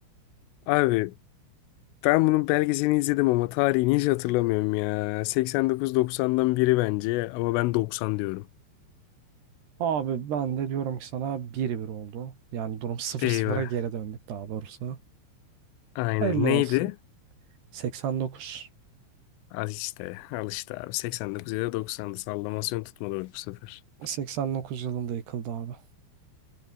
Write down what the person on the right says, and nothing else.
Abi ben de diyorum ki sana 1 bir oldu. Yani durum sıfır
sıfıra geri döndük daha doğrusu.
Hayırlı
olsun. 89.
89 yılında yıkıldı abi.